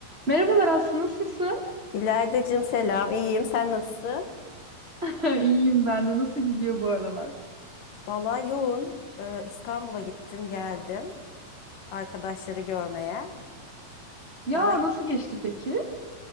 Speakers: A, on the right (about 70°); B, on the left (about 70°).
A: Merhabalar Aslı, nasılsın?
B: İlaydacığım selam, iyiyim. Sen nasılsın?
A: <laughs> İyiyim ben de. Nasıl gidiyor bu aralar?
B: Vallahi yoğun. Ee, İstanbul'a gittim, geldim. Arkadaşları görmeye.
A: Ya
B: Daha
A: nasıl geçti peki?